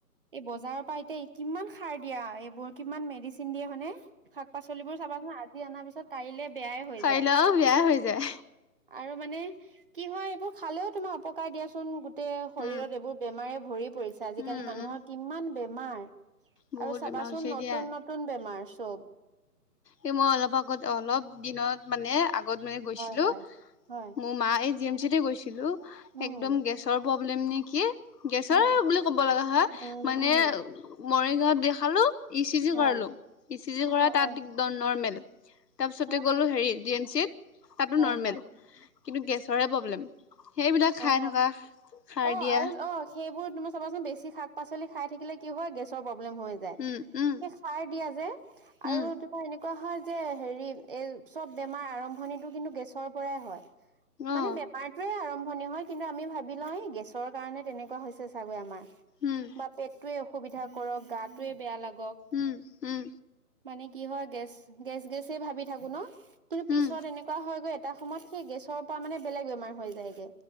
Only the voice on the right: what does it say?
এই বজাৰৰ পৰা এতিয়া কিমান সাৰ দিয়া এইবোৰ কিমান মেডিচিন দিয়ে হয়নে শাক পাচলিবোৰ চাবাচোন আজি অনাৰ পিছত কাইলে বেয়াই হৈ
যায়
আৰু মানে কি হয় এইবোৰ খালেও তোমাৰ অপকাৰ দিয়াচোন গোটেই শৰীৰত
এইবোৰ আমাৰে ভৰি পৰিছে আজিকালি
মানুহৰ
কিমান বেমাৰ
আৰু চাবাচোন
নতুন
নতুন বেমাৰ চব
হয় হয় হয়
উম
হয়
উম
উম
হয়
অ
অ
অ
হয়
হয়
অ
অ
আৰু অ সেইবোৰ তুম চাবাচোন ন বেছি শাক পাচলি খাই থাকিলে কি হয় গেছৰ প্ৰ প্ৰব্লেম হৈ যায়
এ সাৰ দিয়া যে আৰু
তোমাৰ। এনেকুৱা হয় যে হেৰি এই চব বেমাৰ আৰম্ভণিটো কিন্তু গেছৰ পৰাই হয় <inaudible> মানে
বেমাৰটো আৰম্ভ। হয় কিন্তু আমি ভাবি লওঁ গেছৰ কাৰণে তেনেকুৱা হৈছে চাগৈ আমাৰ
বা পেটতোৰে। সুবিধা কৰক গাটোৱে বেয়া লাগক।
মানে কি হয় গেছ গেছ গেছেই ভাবি থাকো ন। কিন্তু
পিছত এনেকুৱা হয় গৈ এটা সময়ত সেই গেছৰ পৰা মানে বেলেগ বেমাৰ হৈ যায়গে।